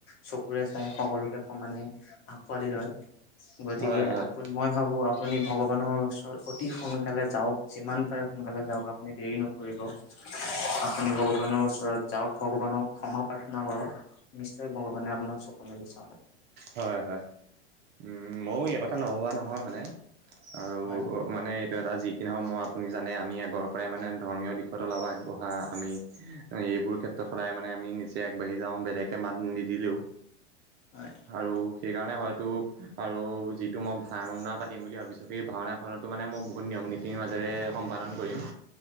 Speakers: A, on the left (about 40°); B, on the right (about 30°).
A: চ- কুৰে চাই সকলোকে সমানে আকোৱালি লয়, গতিকে
B: হয় হয়
A: আপোন মই ভাবো আপুনি ভগৱানৰ ওচৰত অতি সোনকালে যাওক, যিমান পাৰে সোনকালে যাওক আপুনি দেৰি নকৰিব। আপুনি ভগৱানৰ ওচৰত যাওক ভগৱানক ক্ষমা প্ৰাৰ্থনা কৰক নিশ্চয় ভগৱানে আপোনাক চকু মেলি চাব।
B: হয় হয় উম মইয়ো এই কথা নভবা নহয় মানে। আৰু
A: হয় হয়
B: মানে। এটা যি কি নহওঁক মই আপুনি জানে আমি আগৰ পৰাই মানে ধৰ্মীয় দিশত অলপ আগবঢ়া, আমি এই এইবোৰ ক্ষেত্ৰত সদায় মানে আমি নিজে আগবাঢ়ি যাওঁ বেলেকে মাত নিদিলেও।
A: হয়
B: আৰু সেইকাৰণে হয়তো আৰু যিটো মই ভাওনা পাতিম বুলি ভাবিছো সেই ভাওনা খনতো মানে মই বহুত নিয়ম নীতিৰ মাজেৰে সম্পাদন কৰিম।